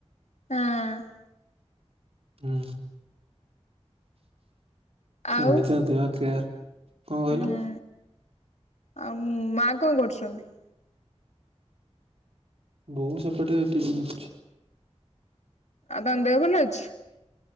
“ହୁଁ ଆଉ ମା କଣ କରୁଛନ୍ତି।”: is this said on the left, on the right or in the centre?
Left